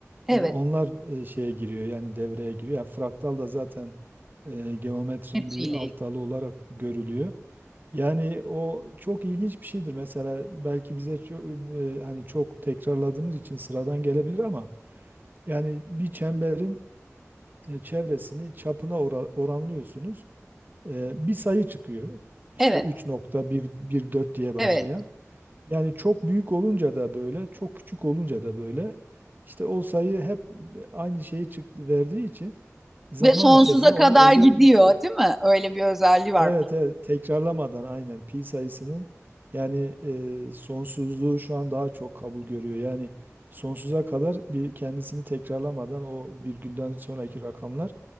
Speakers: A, in the centre; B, on the right (about 40°).
A: Evet,
B: E, onlar e, şeye giriyor yani devreye giriyor. Yani fraktal da zaten e, geometrinin
A: geometriyle.
B: bir alt
A: ilgili.
B: dalı olarak görülüyor. Yani o çok ilginç bir şeydir. Mesela belki bize ço- e, hani çok tekrarladığımız için sıradan gelebilir ama yani bir çemberin e, çevresini çapına ora- oranlıyorsunuz. E, bir sayı çıkıyor. İşte
A: Evet,
B: 3.114 diye başlayan.
A: evet.
B: Yani çok büyük olunca da böyle, çok küçük olunca da böyle işte o sayı hep aynı şeyi çıktı verdiği için zaman
A: Ve sonsuza
B: içerisinde ona
A: kadar
B: özel
A: gidiyor,
B: bir-
A: değil mi? Öyle bir özelliği var.
B: evet, evet tekrarlamadan aynen pi sayısının yani e, sonsuzluğu şu an daha çok kabul görüyor. Yani sonsuza kadar bir kendisini tekrarlamadan o virgülden sonraki rakamlar